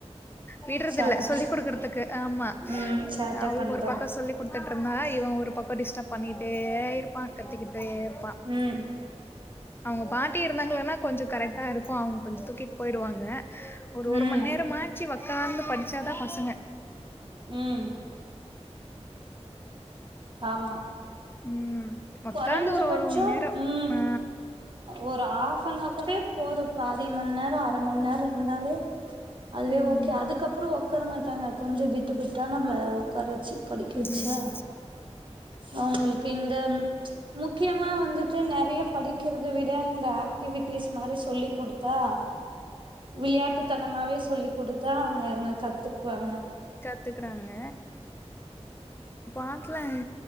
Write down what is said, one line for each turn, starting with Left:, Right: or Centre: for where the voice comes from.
Left: விடுறது
Right: சேட்ட
Left: இல்ல சொல்லி்
Right: ப
Left: கொடுக்குறதுக்கு ஆமா
Right: ம் சேட்ட
Left: அவளுக்கு
Right: பண்றா.
Left: ஒரு பக்கம் சொல்லி் கொடுத்துட்டு இருந்தா இவ ஒரு ப டிஸ்டர்ப் பண்ணிட்டே இருப்பான் கத்திக்கிட்டயே இருப்பா
Right: ம்
Left: அவுங்க பாட்டி இருந்தாங்கன்னா கொஞ்ச கரெக்டா இருக்கு அவங்க கொஞ்ச தூக்கிட்டு போயிடுவாங்க ஒரு ஒரு
Right: ம்
Left: மணி நேரம் மாச்சி வ உட்கார்ந்து படிச்சாதா பசங்க
Right: உம் ஆமா
Left: ம் ஒக்காந்து
Right: கொறஞ்ச
Left: ஒரு
Right: பச்சோ
Left: ஒரு மண் நேரோ
Right: ம்
Left: ஆ
Right: ஒரு ஹாஃப் அனவரே போது பாதிமன்னேரோ அரமன்னேர இர்ந்தாவே அதுவே
Left: ம்
Right: ஓகே அதுக்கப்றோ ஒக் உக்கார மாட்டாங்க கொஞ்ச பிட்டுபிட்டா நம்ம உக்காரச்சி படிக்க
Left: ம்
Right: வச்சா அவுங்களுக்கு இந்த ம் ச் முக்கியமா வந்துட்டு நெறைய படிக்கிறத விட இந்த ஆக்டிவிட்டிஸ் மாரி சொல்லி் கொடுத்தா விளையாட்டு தனமாவே சொல்லிக் குடுத் தா அங்க ன்ன கத்துக்வாங்க
Left: கத்துக்குறாங்க பாக்லான்